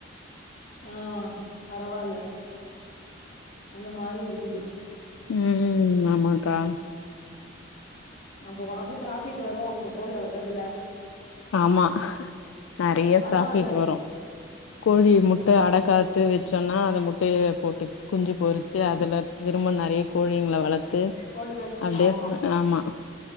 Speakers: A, on the left; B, on the left.
A: ஆ பரவால்ல அந்த மாரிருக்குது
B: ம் ம் ஆமாக்கா
A: அப்ப ஒனக்கு ப்ராஃபிட் வரு இப்ப கோழி வளக்குறதல
B: ஆமா நெறைய
A: பரவால்ல
B: பிராஃபிட் வரு கோழி முட்ட அடகாத்து வச் சொன்னா அந்த முட்டைய போட்டு குஞ்சு பொரிச்சி அதுல திரும்ப நெறைய கோழிங் ங்ள வளத்து
A: கோழி வச்சு
B: அப்டே
A: ஆமா
B: ஆமா